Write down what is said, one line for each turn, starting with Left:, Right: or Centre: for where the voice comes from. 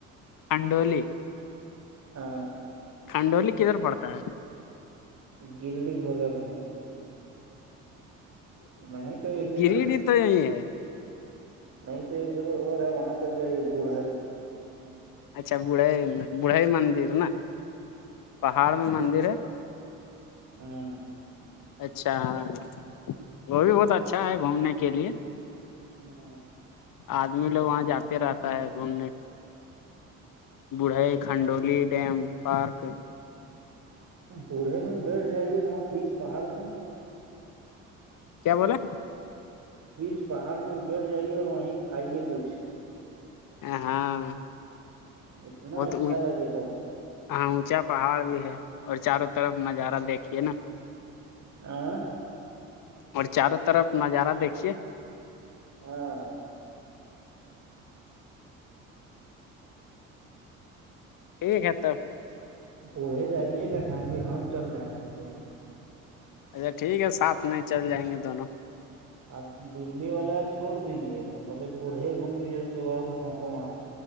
Left: انڈولی
Right: ہاں
Left: کھنڈولی کدھر پڑتا ہے
Right: گرڈی کے بگل میں نہیں تو ایک جگہ
Left: گریڈی تو نہیں ہے
Right: نہیں تو ایک جگہ اور ہے وہاں چل جائیے بوڑھا ہے
Left: اچھا بڑھے بڑھے مندر نا پہاڑ میں مندر ہے
Right: ہوں
Left: اچھا ہاں وہ بھی بہت اچھا ہے گھومنے کے لیے
Right: ہاں
Left: آدمی لوگ وہاں جاتے رہتا ہے گھومنے بڑھائی کھنڈولی ڈیم پارک
Right: بوڑھے میں بیٹھ جائیے وہاں بیچ پہاڑ میں
Left: کیا بولاے
Right: بیچ پہاڑ میں بیٹھ جائیے اور وہیں کھائیے کچھ
Left: ا ہاں
Right: اتنا
Left: بہت
Right: اچھا لگے گا
Left: ہاں اونچا پہاڑ بھی ہے اور چاروں طرف نظارہ دیکھیے نا
Right: آاں
Left: اور چاروں طرف نظارہ دیکھیے
Right: ہاں
Left: ٹھیک ہے تو
Right: بوڑھے جائیے گا تھا ابھی ہم چل جائیں گے بولیے
Left: اچھا ٹھیک ہے ساتھ میں چل جائیں گے دونوں
Right: آپ دللی والا چھوڑ دیجے پہلے بوڑھے گھوم لیجے اس کے بعس وہاں چ